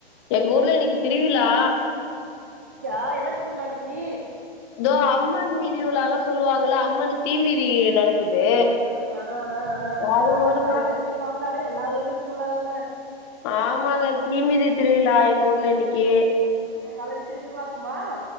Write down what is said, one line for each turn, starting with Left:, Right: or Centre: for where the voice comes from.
Left: எங்க ஊர்ல இன்னிக்கு திருவிழா
Right: யா என்ன திருவிழா இன்னிக்கு
Left: தோ அம்மன் வீதி உலா எல்லா சொல்லுவாங்கல்ல அம்மனுக்கு தீ மிதி நடக்குது
Right: ஆமா ஆ ஆ
Left: அது
Right: ஆமா
Left: ஒரு
Right: வைகாசி
Left: மா
Right: பொறந்தாலே எல்லா ஊர்லயு திருவிழாதான
Left: ஆமாங்க தீ மிதி திருவிழா எங்க ஊர்ல இன்னிக்கி
Right: அ நல்ல விசேஷமா இருக்குமா